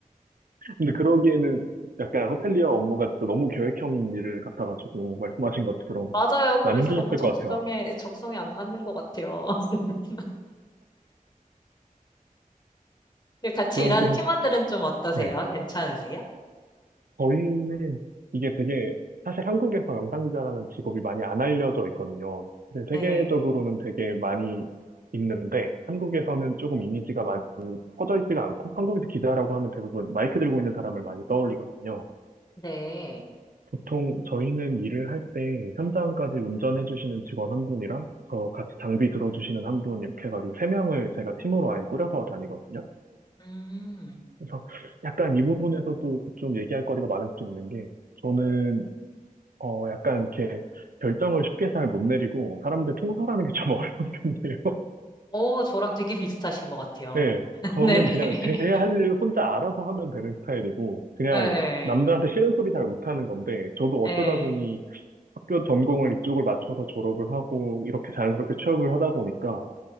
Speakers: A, on the right; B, on the left.
A: 근데 그러기에는 약간 호텔리어 업무가 또 너무 계획형인 일 같아가지고 말씀하신 것처럼
B: 맞아요. 그래서
A: 많이 힘드셨을
B: 너무 적성에,
A: 것 같아요.
B: 적성에 안 맞는 것 같아요. <laughs> 같이
A: 그럼
B: 일하는
A: 또,
B: 팀원들은 좀 어떠세요?
A: 네.
B: 괜찮으세요?
A: 저희는 이게 되게 사실 한국에서 영상기자라는 직업이 많이 안 알려져 있거든요. 네, 세계적으로는
B: 네.
A: 되게 많이 있는데 한국에서는 조금 이미지가 많이 퍼져 있지가 않고 한국에서 기자라고 하면 대부분 마이크 들고 있는 사람을 많이 떠올리거든요.
B: 네.
A: 보통 저희는 일을 할 때 현장까지 운전해 주시는 직원 한 분이랑 저 같이 장비 들어주시는 한 분 이렇게 해가지고 세 명을 제가 팀으로 아예 꾸려서 다니거든요.
B: 음.
A: 그래서 약간 이 부분에서도 좀 얘기할 거리가 많을 수 있는 게 저는 어 약간 이렇게 결정을 쉽게 잘 못 내리고 사람들 통솔하는 게 좀 <laughs> 어려운 편이에요.
B: 오, 저랑 되게 비슷하신 것 같아요.
A: 네,
B: <laughs>
A: 저는
B: 네네.
A: 그냥
B: <laughs>
A: 제 할 일 혼자 알아서 하면 되는 스타일이고, 그냥
B: 네.
A: 남들한테 싫은 소리 잘 못하는 건데, 저도
B: 네.
A: 어쩌다 보니 학교 전공을 이쪽을 맞춰서 졸업을 하고, 이렇게 자연스럽게 취업을 하다 보니까,